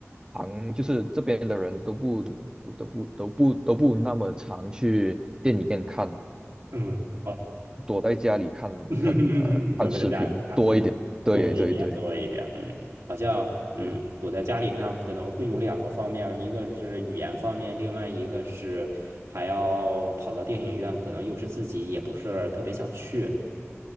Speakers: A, on the right; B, on the right.
A: 常，就是这边的人都不不都不都不都不那么常去电影院看，
B: 嗯，好，
A: 躲在家里看看呃看视频多一点。
B: <laughs> 躲在家里看，嗯，
A: 对对对
B: 多一点，多一点。嗯，好像嗯，
A: 对
B: 躲在家里看可能会有两个方面，一个是语言方面，另外一个是还要跑到电影院，可能又是自己也不是特别想去。